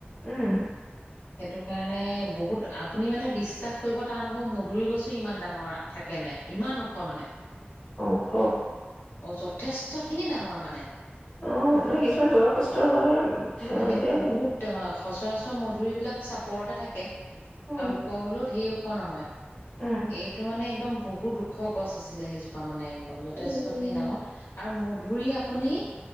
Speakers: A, on the left (about 15°); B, on the left (about 70°).
A: উম
B: সেইটো কাৰণে বহুত আপুনি মানে বিশ বিশ্বাস কৰিব টান হ'ব মধুৰি গছো ইমান ডাঙৰ থাকে নে ইমান ওখ মানে
A: ঔখ
B: অ যথেষ্টখিনি ডাঙৰ মানে
A: আহ কিছুমান বয়সস্থ হৈ
B: মানে
A: হৈ যায়
B: বহুত
A: ন
B: সচৰাচৰ মধুৰিবলাক চাপৰতে থাকে
A: উম,
B: আৰু ওখ হ'লও ধেৰ ওখ নহয়
A: উম।
B: এইটো মানে একদম বহুত ওখ গছ আছিলে সেইজোপা মানে যথেষ্ট
A: উম,
B: খিনি ডাঙৰ আৰু ম ঘুৰি আপুনি